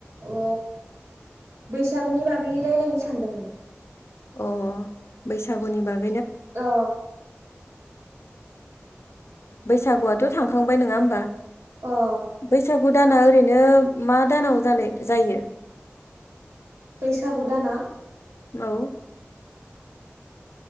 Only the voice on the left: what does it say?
अ बैसागुनि बागै
बैसागुआथ' थांखांबाय नङा होमबा
बैसागु दाना
ओरैनो मा दानाव जानाय जायो
औ